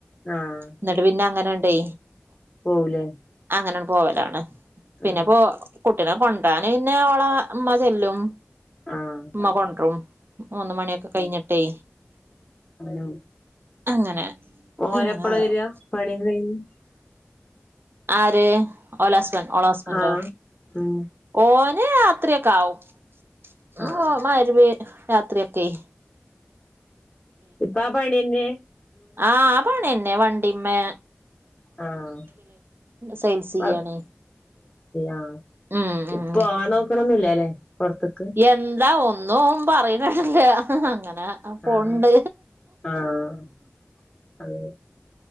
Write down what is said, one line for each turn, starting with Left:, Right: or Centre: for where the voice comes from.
Left: ആഹ്
Right: എന്നിട്ട് പിന്നെ അങ്ങനണ്ടേ
Left: പോവുലേ?
Right: അങ്ങനാങ്ങ് പോവലാണ്. പിന്നെ
Left: ആഹ്
Right: പോ കുട്ടിനെ കൊണ്ടരാന് പിന്നെ ഓളെ മ്മ ചെല്ലും.
Left: ആഹ്
Right: ഉമ്മ കൊണ്ടും മൂന്ന് മണിയൊക്കെ കയ്ഞ്ഞിട്ടേ
Left: അവനോ?
Right: അങ്ങനെ.
Left: ഓലെപ്പളാ
Right: അങ്ങനെ അതാവും
Left: വര്യാ പണ്യൊക്കെ കയ്ഞ്ഞ്?
Right: ആര് ഓല ഹസ്ബൻറ് ഓളെ സ്ബൻന്റോ?
Left: ആഹ് ഉം
Right: ഓന് രാത്രിയൊക്കെ ആവും മ്
Left: ആഹ്
Right: മഗ്‌രിബിന് രാത്രിയൊക്കെയ്
Left: ഇപ്പാ പണ്യന്നെ?
Right: ആഹ് പണ്യന്നെ വണ്ടിമ്മെ
Left: ആഹ്
Right: സെയിൽസ്
Left: കൊ <unintelligible>
Right: ചെയ്യാണ്
Left: ആഹ്
Right: ഉം ഉം
Left: ഇപ്പോ ഓ നോക്ക്ണൊന്നൂല്ലാലെ പൊർത്ത്ക്ക്
Right: എന്താ ഒന്നും ഓൻ പറയ്ണെ കേട്ടിട്ടില്ലഅങ്ങനെ അപ്പൊണ്ട്
Left: ആഹ് ആഹ് അതെ